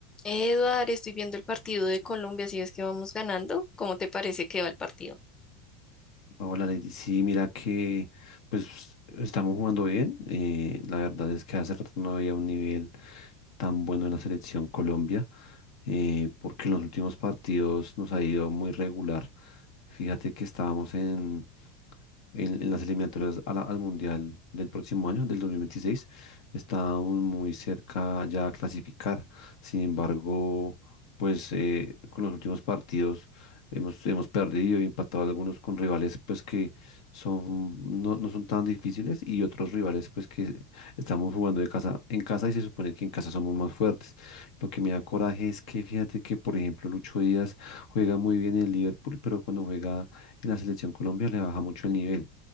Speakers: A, on the left; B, on the left.
A: Eduard, estoy viendo el partido de Colombia, si ves que vamos ganando, ¿cómo te parece que va el partido?
B: Hola Lady, sí, mira que pues estamos jugando bien. eh, la verdad es que hace rato no había un nivel tan bueno en la selección Colombia, eh, porque en los últimos partidos nos ha ido muy regular. Fíjate que estábamos en en, en las eliminatorias a la- al Mundial del próximo año, del 2026, estábamos muy cerca ya a clasificar. Sin embargo, pues eh, con los últimos partidos hemos, hemos perdido y empatado algunos con rivales pues que son, no, no son tan difíciles y otros rivales pues que estamos jugando de casa en casa y se supone que en casa somos más fuertes. Lo que me da coraje es que fíjate que, por ejemplo, Lucho Díaz juega muy bien en el Liverpool, pero cuando juega en la selección Colombia le baja mucho el nivel.